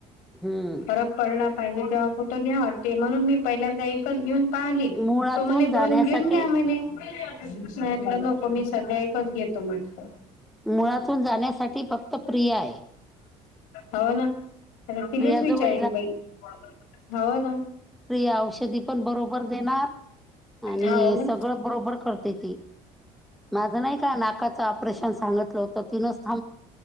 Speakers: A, in the centre; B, on the left (about 85°).
A: हम्म
B: फरक पडला. पाहिजे तेव्हा घ्यावा वाटते म्हणून मी पहिल्यांदा एकच घेऊन पाली
A: मुळातून
B: तो म्हणे
A: जाण्यासाठी
B: दोन घेऊन घ्या म्हणे लं नको मी सध्या एकच घेतो मग
A: मुळातून जाण्यासाठी फक्त प्रिय आहे.
B: हो ना तर तिलाच
A: प्रियाजवळ
B: विचारेल बाई हो ना.
A: किया औषधी पण बरोबर देणार आणि
B: हो ना
A: सगळं बरोबर करते ती माझं नाही का नाकाचं ऑपरेशन सांगितलं होतं तिनच